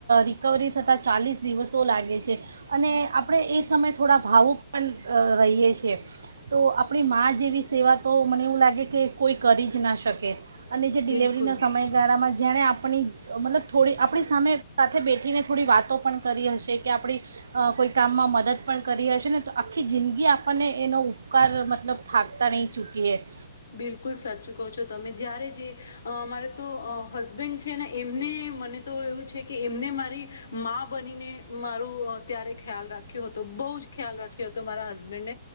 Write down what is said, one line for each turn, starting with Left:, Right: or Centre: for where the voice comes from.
Right: રિકવરી થતાં ચાલીસ દિવસો લાગે છે અને આપણે એ સમયે થોડા ભાવુક પણ રહીએ છીએ તો આપણી માં જેવી સેવા તો મને એવું લાગે કે કોઈ કરી જ ના શકે અને જે ડિલિવરીના
Left: બિલકુલ
Right: સમયગાળામાં જેણે આપ આપણી મતલબ થોડી આપણી સામે સાથે બેઠીને થોડી વાતો પણ કરી હશે કે આપણી કોઈ કામમાં મદદ પણ કરી હશે ને તો આખી જિંદગી આપણને એનો ઉપકાર મતલબ થાકતા રહીં ચૂકીએ
Left: બિલકુલ સાચું કહો છો તમે જ્યારે જે અરે તો હસબેન્ડ છે ને એમને મને તો એવું છે કે એમને મારી બનીને મારું ત્યારે ખ્યાલ રાખ્યો હતો બહુ જ ખ્યાલખ્યો હતો મારા હસ હબન્